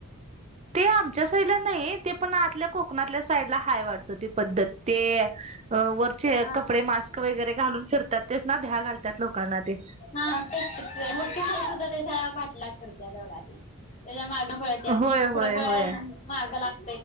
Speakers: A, on the right; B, on the left.
A: ते आमच्या साईडला नाही ते पण आतल्या कोकणातल्या साईडला हाय वाटत ती पद्धत. ते वरचे
B: हा
A: कपडे मास्क वगैरे घालून फिरतात तेच ना भ्या घालतात लोकांना ते.
B: हा मोठी पोर सुद्धा त्याच्या पाठलाग करत्यात बघा ते त्याच्या माग पळत्या
A: होय
B: ती पुढं
A: होय
B: पळ
A: होय
B: माग लाग